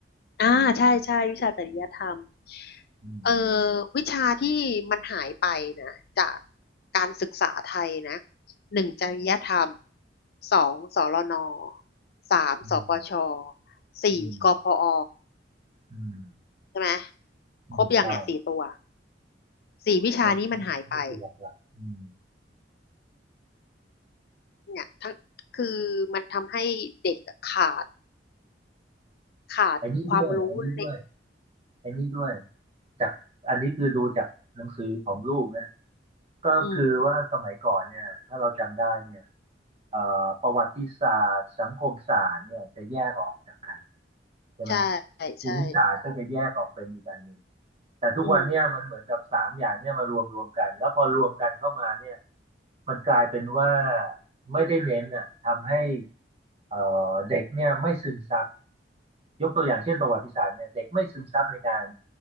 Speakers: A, on the left (about 55°); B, on the right (about 35°).
A: อ่าใช่ใช่วิชาจริยธรรม
B: อืม
A: เออวิชาที่มันหายไปนะจากการศึกษาไทยนะหนึ่งจริยธรรมสองสรนสามสปช
B: อืม
A: สี่กพอ
B: อืมอืม
A: ใช่ไหม
B: อืมใช่
A: ครบยังเนี่ยสี่ตัวสี่วิชานี้มันหายไป
B: ตัวนี่คือหลักๆอืม
A: เนี่ยทั้งคือมันทำให้เด็กอะขาดขาดความรู้เลย
B: ไอ้นี่ด้วยไอ้นี่ด้วยไอ้นี่ด้วยจากอันนี้คือดูจากหนังสือของลูกนะก็คือว่าสมัยก่อนเนี่ยถ้าเราจำได้เนี่ย
A: อืม
B: เอ่อประวัติศาสตร์สังคมศาสตร์เนี่ยจะแยกออกจากกันใช่ไหม
A: ใช่
B: ภูมิศาสตร์ก็จะแยกออกเป็นอีกอันหนึ่ง
A: ใช่
B: แต่ทุกวันเนี่ยมันเหมือนกับสามอย่างเนี่ยมารวมรวมกันแล้วพอรวมกันเข้ามาเนี่ย
A: อืม
B: มันกลายเป็นว่าไม่ได้เน้นอ่ะทำให้เอ่อเด็กเนี่ยไม่ซึมซับ ยกตัวอย่างเช่นประวัติศาสตร์เนี่ยเด็กไม่ซึมซับในการ